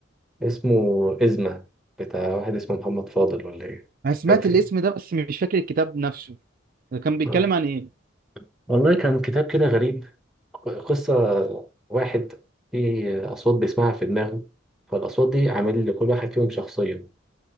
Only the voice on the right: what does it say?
انا سمعت
الاسم
ده بس مش فاكر الكتاب نفسه ده كان بيتكلم
عن ايه